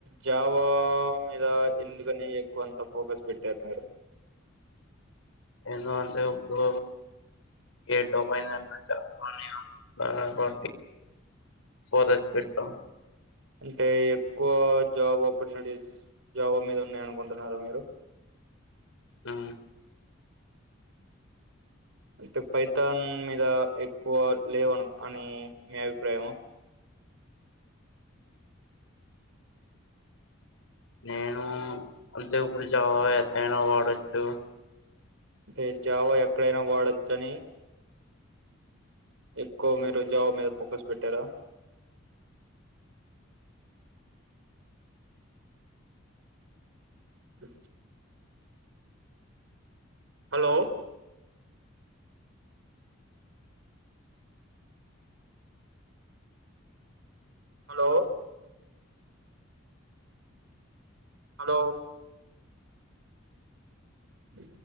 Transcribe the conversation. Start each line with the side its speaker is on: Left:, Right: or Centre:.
Right: జావా మీద ఎందుకని ఎక్కువ అంత ఫోకస్ పెట్టారు మీరు
Left: ఎందు అంటే ఇప్పుడు ఏంటో <unintelligible> పోదస్ పెట్ట
Right: అంటే ఎక్కువ జాబ్ ఆపర్చునిటీస్ జావా మీద ఉన్నాయ అనుకుంటున్నారు మీరు
Left: ఆ
Right: అంటే ఫైతాన్ మీద ఎక్కువ లేవున్ అని మీ అభిప్రాయం ఆ
Left: నేను అంతే ఇప్పుడు జావా ఎత్తయినా వాడొచ్చు
Right: అంటే జావా ఎక్కడైనా వాడొచ్చ అని ఎక్కవ మీరు జావా మీద ఫోకస్ పెట్టారా ఉ హలో హలో హలో అ